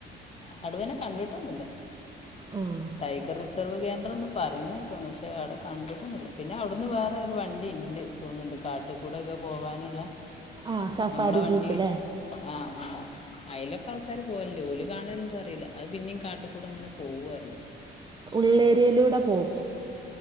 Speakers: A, on the left; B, on the right.
A: കടുവേനെ കണ്ടിട്ടൊന്നുല്ല
B: ഉം
A: ടൈഗർ റിസർവ് കേന്ദ്രംന്ന് പറയുന്നൊക്കെ പക്ഷേ അവിടെ കണ്ടിട്ടുന്നില്ല പിന്നെ അവിടുന്ന് വേറെ ഒരു വണ്ടി ഇണ്ട് തോന്നുന്നുണ്ട് കാട്ടി കൂടൊക്കെ പോവാനുള്ള
B: ആ സഫാരി
A: നമ്മളാണ്ടി
B: ജീപ്പ് അല്ലേ
A: ആഹ് ആഹ് അയിലൊക്കെ ആൾകാർ പോകലുണ്ട് ഓല് കാണലിണ്ടോന്ന് അറിയില്ല അത് പിന്നേം കാട്ടിൽ കൂടി പോവുവാറങ്ങി
B: ഉള്ള് ഏരിയയിലൂടെ പോം